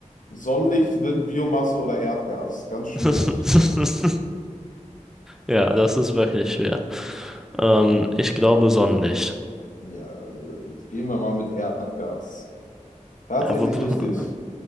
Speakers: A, on the left; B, in the centre.
A: Sonnenlicht, Wind, Biomasse oder Erdgas? Ganz schwierig.
B: <laughs> Ja, das ist wirklich schwer. Ähm, ich glaube Sonnenlicht.
A: Ja, äh, gehen wir mal mit Erdgas. Tatsächlich
B: Ja, wobei
A: richtig.